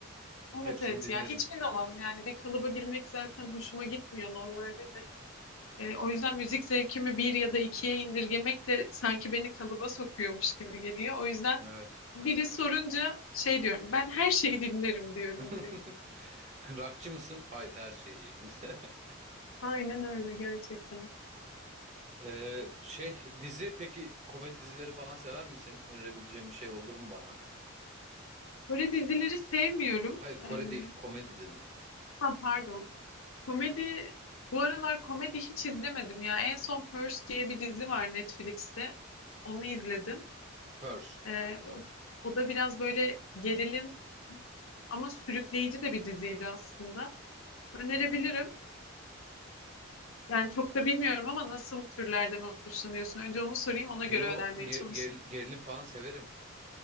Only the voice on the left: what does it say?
Evet
evet
ya hiçbir zaman yani bir kalıba girmek zaten hoşuma gitmiyor normalde de. E, o yüzden müzik zevkimi bir ya da ikiye indirgemek de sanki beni kalıba sokuyormuş gibi geliyor. O yüzden
biri sorunca şey diyorum ben her şeyi dinlerim diyorum
direkt.
Aynen öyle gerçekten.
Kore dizileri sevmiyorum.
Ee,
ha, pardon. Komedi, bu aralar komedi hiç izlemedim ya. En son Purge diye bir dizi var Netflix'te. Onu izledim.
Ee, o, o da biraz böyle gerilim ama sürükleyici de bir diziydi aslında. Önerebilirim. Yani çok da bilmiyorum ama nasıl türlerden hoşlanıyorsun? Önce onu sorayım, ona göre
önermeye
çalışayım.